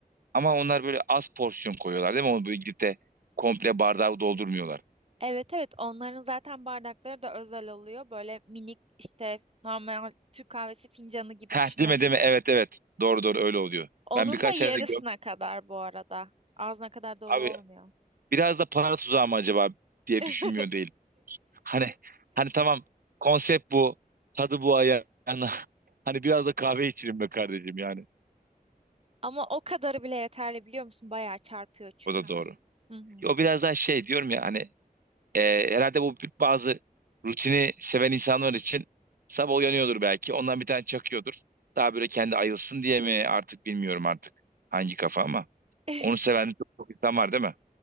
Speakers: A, on the right; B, on the right.
A: ama onlar böyle az porsiyon koyuyorlar değil mi? Onu böyle gidip de komple bardağı doldurmuyorlar.
B: Evet evet onların zaten bardakları da özel oluyor. Böyle minik işte normal Türk kahvesi fincanı
A: <laughs>
B: gibi
A: Heh
B: düşünebilirsin.
A: değil mi değil mi? Evet evet. Doğru doğru öyle oluyor.
B: Onun
A: Ben birkaç
B: da yarısına
A: yerde gördüm.
B: kadar bu arada. Ağzına kadar dolu
A: Abi
B: olmuyor.
A: biraz da para tuzağı mı acaba diye
B: <laughs>
A: düşünmüyor değil. Hani hani tamam konsept bu. Tadı bu ayağına. <laughs> Hani biraz da kahve içelim be kardeşim yani.
B: Ama o kadarı bile yeterli biliyor musun? Bayağı çarpıyor çünkü.
A: O da doğru.
B: Hı hı.
A: Ya, O biraz daha şey diyorum ya hani Ee, herhalde bu bazı rutini seven insanlar için sabah uyanıyordur belki. Ondan bir tane çakıyordur. Daha böyle kendi ayılsın diye mi artık bilmiyorum artık hangi kafa ama.
B: <laughs>
A: Onu seven çok çok insan var değil mi?